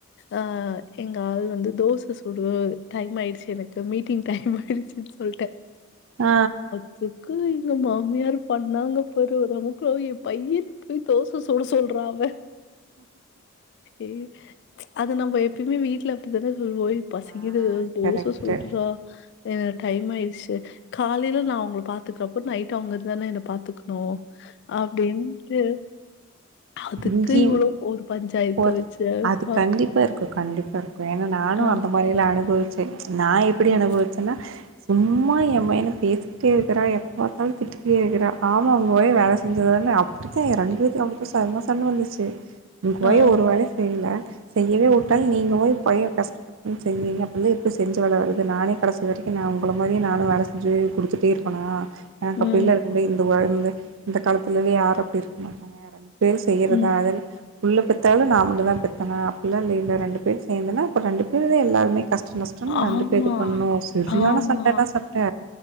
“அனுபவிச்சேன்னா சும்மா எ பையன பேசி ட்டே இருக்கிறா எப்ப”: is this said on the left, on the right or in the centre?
Right